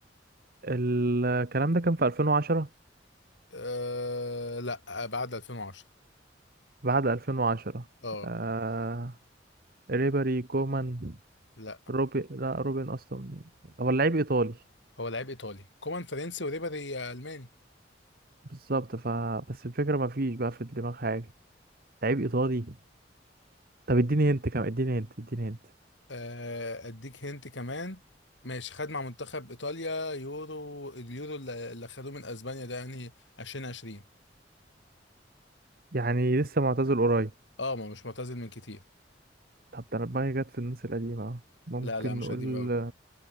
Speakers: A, on the right; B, on the left.
A: الكلام ده كان في 2010
B: أه لا بعد 2010
A: بعد 2010
B: اه
A: آه ريبري كومان
B: لا
A: روبن لا روبن اصلا هو لعيب ايطالي
B: هو لعيب ايطالي كومان فرنسي وريبيري الماني
A: بالظبط ف بس الفكرة ما فيش بقى في دماغ حاجة لعيب إيطالي طب اديني هنت كمان اديني هنت اديني هنت
B: آه، اديك هنت كمان ماشي خد مع منتخب ايطاليا يورو اليورو اللي اللي خدوه من اسبانيا ده يعني 2020
A: يعني لسه معتزل قريب
B: اه ما مش معتزل من كتير
A: طب ده أنا دماغي جت في الناس القديمة أهو. ممكن
B: لا لا مش
A: نقول
B: قديم قوي